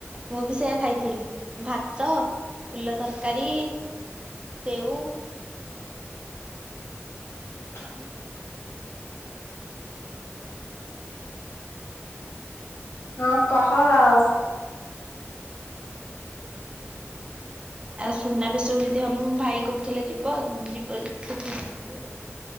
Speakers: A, on the right; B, on the left.
A: ମୁଁ ବି ସେଇଆ ଖାଇଥିଲି ଭାତ ଫୁଲ ତରକାରୀ, ସେଉ
B: ହ ହଁ କହ ଆଉ।
A: ଆଉ ସୁନାବେଶକୁ ଯଦି ହବ ଉଁ ଭାଇ କହୁଥିଲେ ଯିବ, ଯିବ ଯଦି ତତେ ନେଇଯିବେ ଆଉ।